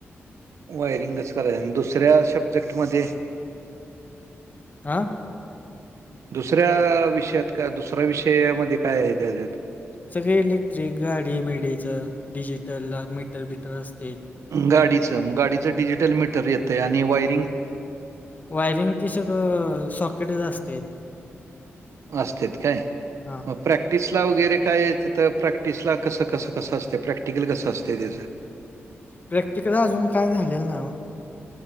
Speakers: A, on the right; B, on the left.
A: वायरिंग कसं कराय आणि दुसऱ्या सब्जेक्टमध्ये
B: हा
A: दुसऱ्या विषयात का दुसरा विषयामधी काय आहे त्याच्यात
B: सगळे इलेक्ट्रिक गाडी बिडीचं डिजिटल ला मीटर बीटर असत
A: गाडीचं मग गाडीचं डिजिटल मीटर येतयं आणि वायरिंग
B: वायरिंग ती सगळं सॉकेटच असतंय.
A: असत्यात काय
B: हा
A: प्रॅक्टिसला वगैरे काय? तिथं प्रॅक्टिसला कसं कसं कसं असतंय? प्रॅक्टिकल कसं असतं त्याज?
B: प्रॅक्टिकल अजून काय झालेलं नाय ओ.